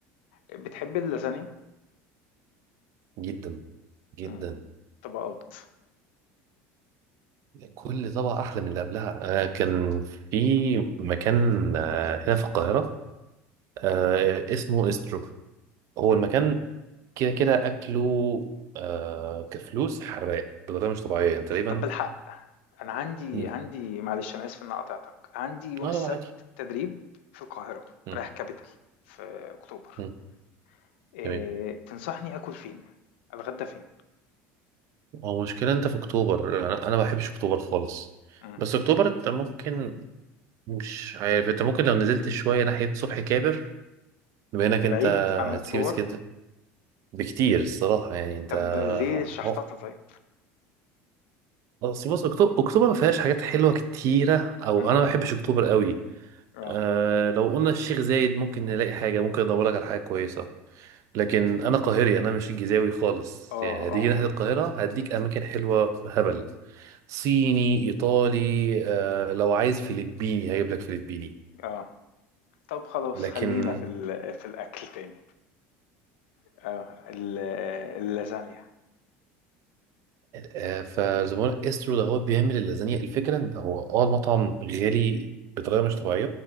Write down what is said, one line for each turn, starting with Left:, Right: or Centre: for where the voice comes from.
Left: بتحب اللازانيا؟
Right: جدا جدا
Left: إمم، طبقات،
Right: كل طبعة أحلى من اللي قبلها آه كان في مكان آه هنا في القاهرة آه اسمه استرو هو
Left: إمم.
Right: المكان كده كده أكله آه كفلوس حراق بطريقة مش طبيعية يعني تقريبا
Left: طَب بالحق، أنا عندي
Right: مم.
Left: عندي معلش أنا آسف إن أنا قاطعتك، عندي يوم
Right: اه
Left: السبت
Right: لا عادي
Left: تدريب في القاهرة،
Right: مم.
Left: رايح capital في أكتوبر،
Right: مم.
Left: آآ،
Right: تمام
Left: تنصحني آكل فين؟ أتغدى فين؟
Right: هو مشكلة أنت في أكتوبر أنا أنا ما بحبش أكتوبر خالص
Left: إمم،
Right: بس أكتوبر أنت ممكن مش عارف انت ممكن لو نزلت شوية ناحية صبحي كابر بما انك
Left: ده
Right: انت
Left: بعيد عن
Right: هتسيب
Left: أكتوبر؟
Right: اسكندر بكتير الصراحة يعني انت
Left: طب
Right: اه
Left: ليه الشحطاطة طيب؟
Right: بس بص اكتوبر اكتوبر ما فيهاش حاجات حلوة كتيرة او
Left: إمم.
Right: انا ما بحبش اكتوبر قوي
Left: آه.
Right: أه لو قلنا الشيخ زايد ممكن نلاقي حاجة ممكن ادورلك على حاجة كويسة لكن انا قاهري انا مش الجيزاوي خالص
Left: آه،
Right: يعني هتيجي
Left: آه،
Right: ناحية القاهرة هديك اماكن حلوة هبل صيني ايطالي أه لو عايز فلبيني هجيب لك فلبيني
Left: آه. طب خلاص
Right: لكن
Left: خلّينا في ال في الأكل تاني. آه. ال اللازانيا.
Right: آه، فزبونك استرو ده هو بيعمل اللازانيا الفكره ان هو اه المطعم غالي بطريقه مش طبيعيه